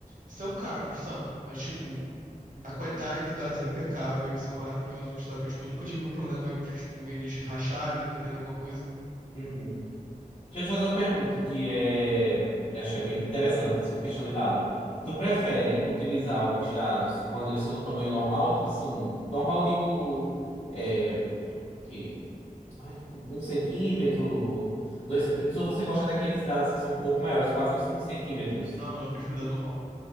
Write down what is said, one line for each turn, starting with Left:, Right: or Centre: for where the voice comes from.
Right: São caros, são. Mas, tipo,
Left: Uhum.
Right: A qualidade dos dados é impecável, eles são maravilhosos, sabe? Eu, tipo, nunca tive um problema de, tipo, eles racharem ou perderem alguma coisa.
Left: Uhum. Deixa eu te fazer uma pergunta que é, eu acho que é bem interessante sobre questão de dado. Tu prefere utilizar os dados quando eles são do tamanho normal, tipo assim, normal eu digo é, o quê? Ai, um centímetro, dois centímetros, ou você gosta daqueles dados que são um pouco maiores, quase uns cinco centímetros?
Right: Não, não, eu prefiro dado normal.